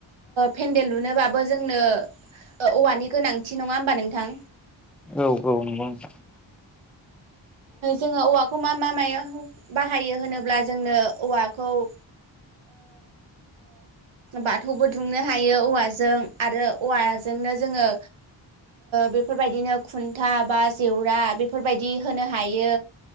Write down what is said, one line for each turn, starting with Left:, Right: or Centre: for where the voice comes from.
Right: पेन्देल लुनोबाबो जोंनो औवानि गोनांथि नङा होमबा नोंथां
Centre: औ औ नंगौ नोंथां
Right: जोंङो औवाखौ मा मा मायो? बाहायो होनोब्ला जोंनो औवाखौ ओ बाथौबो दुमनो हायो औवाजों आरो औवाजोंनो जोंङो बेफोरबायदिनो खुन्था बा जेवरा बेफोरबायदि होनो हायो।